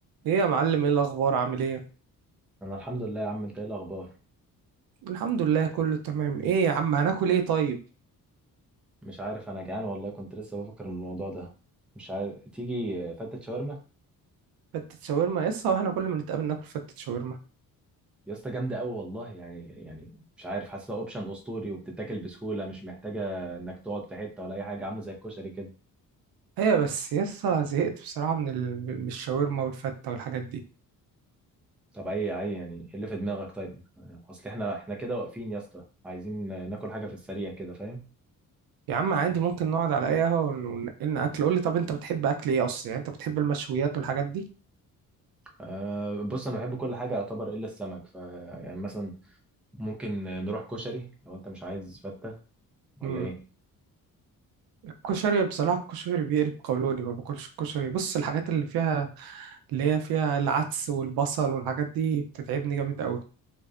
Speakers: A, on the right (about 80°); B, in the centre.
A: ايه يا معلم ايه الاخبار عامل ايه
B: انا الحمد لله يا عم انت ايه الاخبار
A: الحمد لله كله تمام ايه يا عم هناكل ايه طيب
B: مش عارف انا جعان والله كنت لسه بفكر من الموضوع ده مش عارف تيجي فتة شاورما
A: فتة شاورما يسا واحنا كل ما نتقابل ناكل فتة شاورما
B: يا اسطى جامده قوي والله يعني يعني مش عارف حاسسها اوبشن اسطوري وبتتاكل بسهوله مش محتاجه انك تقعد في حته ولا اي حاجه عامله زي الكشري كده
A: ايه بس يسا زهقت بصراحة من ال... من الشاورما والفتة والحاجات دي
B: طب اي اي يعني ايه اللي في دماغك طيب اصل احنا احنا كده واقفين يا اسطى عايزين ناكل حاجه في السريع كده فاهم
A: يا عم عادي ممكن نقعد على اي قهوة ون- وننقلنا اكل قول لي طب انت بتحب اكل ايه اصلا يعني انت بتحب المشويات والحاجات دي
B: أه بص انا بحب كل حاجه يعتبر الا السمك ف يعني مثلا ممكن نروح كشري لو انت مش عايز فته ولا
A: امم
B: ايه
A: الكشري بصراحة الكشري بيقلب قولوني ما باكلش الكشري بص الحاجات اللي فيها اللي هي فيها العدس والبصل والحاجات دي بتتعبني جامد قوي